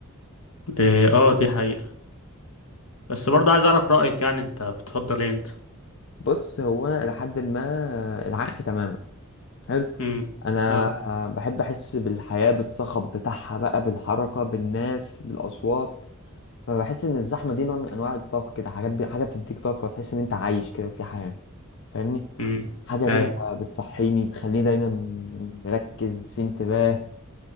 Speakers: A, on the left; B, on the left.
A: إيه، اه دي حقيقه بس برضه عايز اعرف رايك يعني انت بتفضل ايه انت
B: بص هو انا الى حد ما آه، العكس تماما حلو
A: امم
B: انا
A: اه
B: آه، بحب احس بالحياه بالصخب بتاعها بقى بالحركه بالناس بالاصوات فبحس ان الزحمه دي نوع من انواع الطاقه كده حاجات بي... حاجه بتديك طاقه تحس ان انت عايش كده وفي حياه فاهمني
A: امم
B: حاجه
A: اي
B: كده بتصحيني تخليني دايما مركز في انتباه